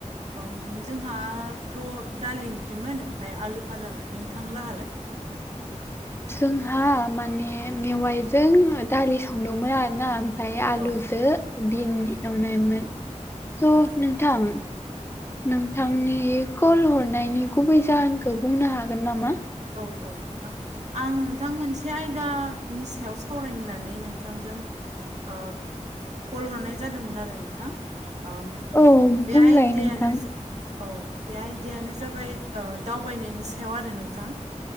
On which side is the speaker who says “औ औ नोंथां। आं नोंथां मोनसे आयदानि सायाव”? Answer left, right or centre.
Right